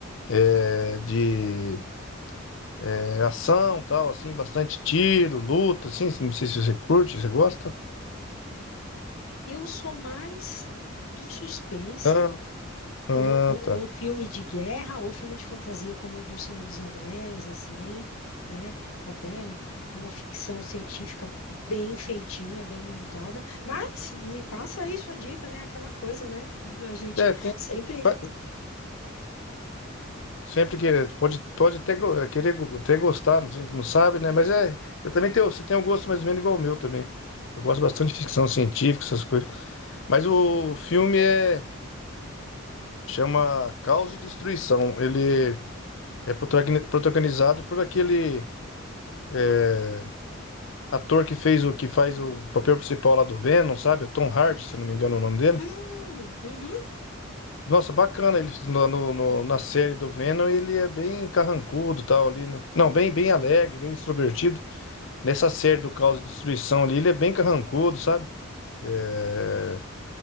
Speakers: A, on the left; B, on the left.
A: é, de é, ação tal assim bastante tiro luta assim não sei se você curte você gosta
B: Eu sou mais do suspense,
A: ah, ah,
B: ou, ou-
A: tá
B: ou filme de guerra, ou filme de fantasia, como o do Senhor dos Anéis, assim, né? Até uma ficção científica bem feitinha, bem montada. Mas me passa aí sua dica, né? Aquela coisa, né? A gente
A: é tem
B: sempre.
A: pa- sempre que pode pode até go- é, querer go- até gostar a gente não sabe né mas é eu também tenho você tem um gosto mais ou menos igual ao meu também eu gosto bastante de ficção científica essas coisas mas o filme é chama Caos e Destruição ele é protagon- protagonizado por aquele é, Ator que fez o que faz o papel principal lá do Venom, sabe? O Tom Hardy, se eu não me engano é o nome dele.
B: Hum, uhum.
A: Nossa, bacana ele no, no- no- na série do Venom, ele é bem carrancudo, e tal ali, né? Não, bem bem alegre, bem extrovertido. Nessa série do Caos e Destruição ali, ele é bem carrancudo, sabe? É,